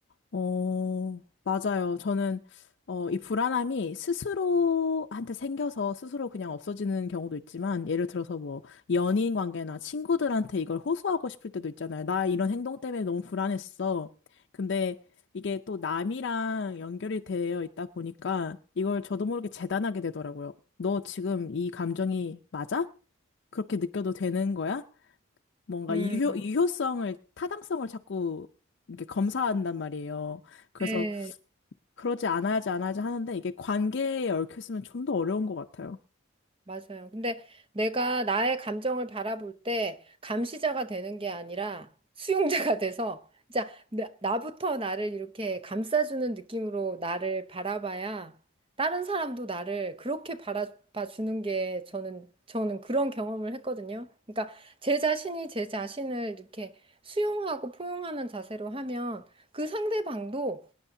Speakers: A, on the left (about 55°); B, on the right (about 25°).
A: 어, 맞아요. 저는, 어, 이 불안함이 스스로한테 생겨서 스스로 그냥 없어지는 경우도 있지만, 예를 들어서 뭐, 연인 관계나 친구들한테 이걸 호소하고 싶을 때도 있잖아요. 나 이런 행동 때문에 너무 불안했어. 근데 이게 또 남이랑 연결이 되어 있다 보니까, 이걸 저도 모르게 재단하게 되더라고요. 너 지금 이 감정이 맞아? 그렇게 느껴도 되는 거야? 뭔가
B: 음.
A: 유효, 유효성을, 타당성을 자꾸 이렇게 검사한단 말이에요. 그래서
B: 네.
A: 그러지 않아야지, 않아야지 하는데 이게 관계에 얽혀있으면 좀 더 어려운 것 같아요.
B: 맞아요. 근데 내가 나의 감정을 바라볼 때 감시자가 되는 게 아니라 수용자가 <laughs> 돼서 진짜 나- 나부터 나를 이렇게 감싸주는 느낌으로 나를 바라봐야 다른 사람도 나를 그렇게 바라봐 주는 게 저는 저는 그런 경험을 했거든요. 그러니까 제 자신이 제 자신을 이렇게 수용하고 포용하는 자세로 하면 그 상대방도